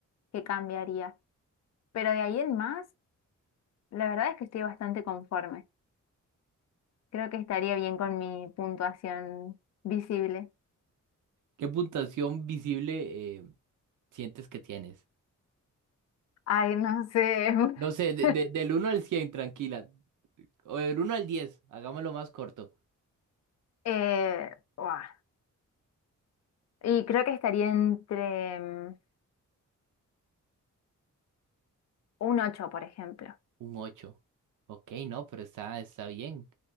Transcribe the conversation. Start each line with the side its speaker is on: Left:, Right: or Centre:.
Left: que cambiaría. Pero de ahí en más, la verdad es que estoy bastante conforme. Creo que estaría bien con mi puntuación visible.
Right: ¿Qué puntuación visible eh, sientes que tienes?
Left: Ay, no sé.
Right: No sé, de-
Left: <laughs>
Right: de- del uno al 100, tranquila. O del uno al 10, hagámoslo más corto.
Left: Eh, buah. Y creo que estaría entre mm, un 8 por ejemplo.
Right: Un 8, Ok, no, pero está, está bien.